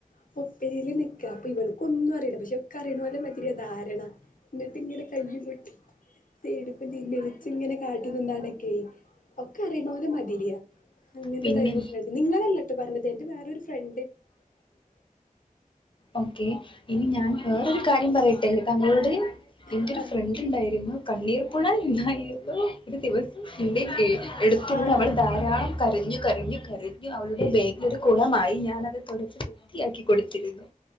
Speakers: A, on the left; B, on the left.
A: പും ഒപ്പനേല് നിക്കാ അപ്പൊ ഇവള്ക്ക് ഒന്നും അറിയില്ല പക്ഷെ ഒക്കെ അറിയുന്ന പോലെ മതിരിയാ ധാരണ എന്നിട്ടിങ്ങനെ കൈയ്യുംകൊട്ടി സൈടുക്കും തിരിഞ്ഞു ഇലിച്ചിങ്ങനെ ഉ നടക്കെ ഒക്കെ അറിയണ പോലെ മതിരിയാ അങ്ങനത്തെ
B: പിന്നെ
A: ടൈപ്പ് ഫ്രണ്ട് നിങ്ങളെല്ലട്ടോ പറഞ്ഞത് എന്റെ വേറൊരു ഫ്രൺ
B: ഓക്കെ ഇനി ഞാൻ വേറൊരു കാര്യം പറയട്ടെ തങ്ങളോട് എന്റെ
A: ആ
B: ഒരു ഫ്രണ്ടുണ്ടായിരുന്നു കണ്ണീർപ്പുഴ എന്നായി ഒരു ദിവസം <unintelligible> എടുത്തിരുന്ന്
A: ആ
B: അവൾ
A: ആ,
B: ധാരാളം കരഞ്ഞു കരഞ്ഞു കരഞ്ഞു അവളുടെ ബേഗിലൊരു കുളമായി ഞാനത് തുടച്ച് വൃത്തിയാക്കി കൊടുത്തിരുന്നു